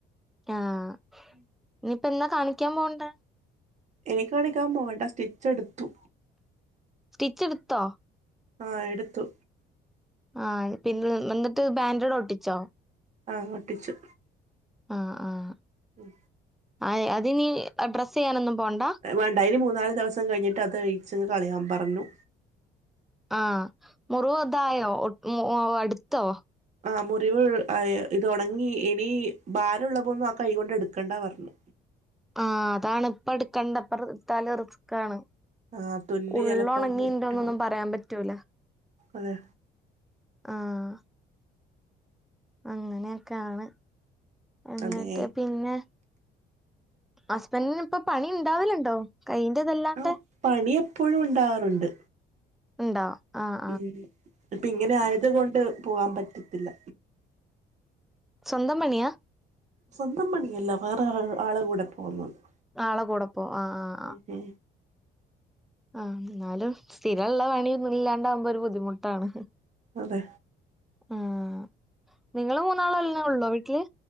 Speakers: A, in the centre; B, on the right.
A: ആഹ്
B: <inaudible>
A: നിപ്പോ എന്നാകാണിക്കാൻ പോവണ്ടേ?
B: എനിക്കണിക്കാൻ പോകണ്ട സ്റ്റിച്ച് എട്ത്തു.
A: സ്റ്റിച്ച് ഇട്ത്തോ?
B: ആഹ് എടുത്തു.
A: ആഹ് പിന്നെന്ന്ട്ട് ബാന്റെട്ഒട്ടിച്ചോ?
B: ആഹ് ഒട്ടിച്ചു.
A: ആഹ് ആഹ്
B: ഉം
A: അഹ് അത് ഇനി ഡ്രസ്സെയ്യാനൊന്നും പോണ്ട?
B: വാണ്ടഇനി മൂന്നാല് ദിവസം കഴിഞ്ഞിട്ട് അത് കഴിച്ച്ങ്ങ് കളയാൻപറഞ്ഞു.
A: ആഹ് മുറിവ് ഇതായോ ഒ മ് അട്ത്തോ
B: ആഹ് മുറിവ് ആഹ് ഇത് ഒണങ്ങി ഇനി ഭാരള്ളതൊന്നും ആ കൈയ്യ് കൊണ്ട് എടുക്കണ്ടാ പറഞ്ഞു.
A: ആഹ് അതാണ് ഇപ്പ എട്ക്കണ്ട ഇപ്പോ എടുത്താല് റിസ്ക്കാണ്.
B: ആ തുന്നി
A: ഉള്ളൊണങ്ങിണ്ടോന്നൊന്നും
B: എളുപ്പം വിട്ടു
A: പറയാൻ പറ്റൂല.
B: അതെ
A: ആഹ് അങ്ങനെയൊക്കെയാണ് എന്നിട്ട്
B: അതെ
A: പിന്നെ ഹസ്ബന്റിന് ഇപ്പ പണി ഉണ്ടാവലുണ്ടോ കയ്യിന്റെതല്ലാണ്ടെ
B: ആ പണി എപ്പോഴും ഉണ്ടാകാറുണ്ട്
A: ഉണ്ടോ ആഹ്
B: ഉമ് ഇപ്പൊ ഇങ്ങനെ ആയതു കൊണ്ട് പോവാൻ പറ്റത്തില്ല
A: സ്വന്തം പണിയാ
B: സ്വന്തം പണിയല്ല വേറെ ആളെ കൂടെ പോകുന്നതാ
A: ആളെ കൂടെ പോ ആഹ് ആഹ് ആഹ്
B: ഉമ്
A: ആഹ് എന്നാലും സ്ഥിരള്ള പണിയൊന്നും ഇല്ലാണ്ടാവുമ്പോ ഒരു ബുദ്ധിമുട്ടാണ്
B: അതെ
A: ആഹ് നിങ്ങള് മൂന്നാളല്ലേ ഉള്ളോ വീട്ടില്